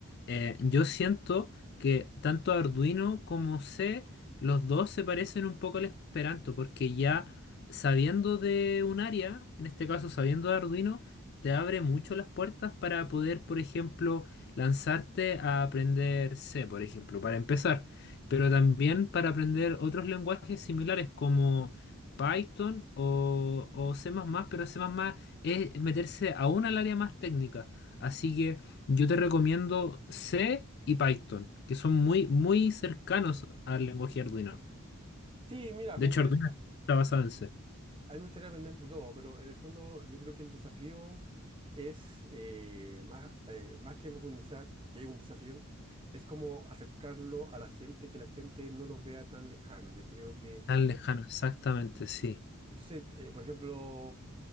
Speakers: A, on the left; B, on the right.
A: Eh, yo siento que tanto Arduino como C, los dos se parecen un poco al Esperanto, porque ya sabiendo de un área, en este caso sabiendo de Arduino, te abre mucho las puertas para poder, por ejemplo, lanzarte a aprender C, por ejemplo, para empezar, pero también para aprender otros lenguajes similares como Python o, o C++, pero C++ es meterse aún al área más técnica. Así que yo te recomiendo C y Python, que son muy, muy cercanos al lenguaje Arduino.
B: Sí, mira,
A: De
B: me
A: hecho,
B: interesa,
A: Arduino está basado en C.
B: A mí me gustaría aprender de todo, pero en el fondo yo creo que el desafío es eh, más, eh, más que profundizar, que es un desafío, es como acercarlo a la gente, que la gente no lo vea tan lejano. Yo creo que,
A: Tan lejano, exactamente, sí,
B: entonces, eh, por ejemplo,